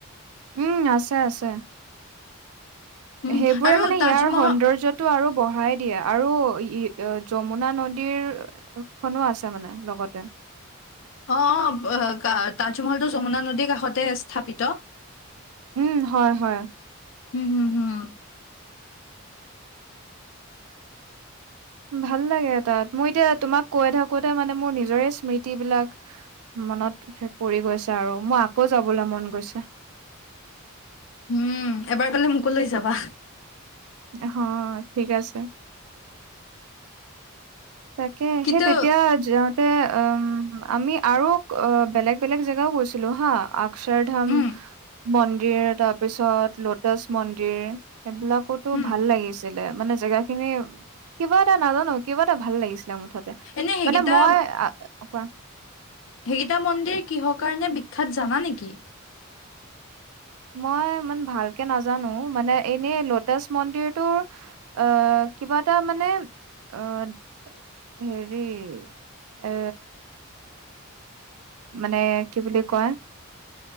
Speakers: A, on the right; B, on the left.
A: উম, আছে আছে।
B: উম
A: সেইবোৰে
B: আৰু
A: মানে
B: তাজমহল
A: ইয়াৰ সৌন্দৰ্যটো আৰু বঢ়াই দিয়ে। আৰু ই যমুনা নদীৰ খনো আছে মানে লগতে।
B: অ', অ' তাজমহলটো যমুনা নদীৰ কাষতে স্থাপিত।
A: উম হয় হয়।
B: উম হুম হুম।
A: ভাল লাগে তাত মই এতিয়া তোমাক কৈ থাকোতে মানে মোৰ নিজৰে স্মৃতি বিলাক- মনত সেই পৰি গৈছে আৰু, মোৰ আকৌ যাবলৈ মন গৈছে।
B: উম এবাৰ গ'লে মোকো লৈ যাবা।
A: অহ 'ঠিক আছে। তাকে
B: কিন্তু
A: সেই তেতিয়া- যাওঁতে অ' আমি আৰু অ' বেলেগ বেলেগ জেগাও গৈছিলো হা। চাৰধাম,
B: উম
A: মন্দিৰ তাৰপিছত ল'টাছ মন্দিৰ। সেইবিলাকতো
B: উম
A: ভাল লাগিছিলে, মানে জেগা খিনি কিবা এটা নাজানো কিবা- এটা ভাল লাগিছিলে মুঠতে,
B: এনে সেইকেইটা
A: মানে মই, কোৱা?
B: সেইকিতা মন্দিৰ কিহৰ কাৰণে বিখ্যাত জানা নেকি?
A: মই ইমান ভালকে নাজানো মানে এনেই লোটাচ মন্দিৰটোৰ- আহ', কিবা এটা মানে আহ'- হেৰি, এ মানে কি বুলি কয়?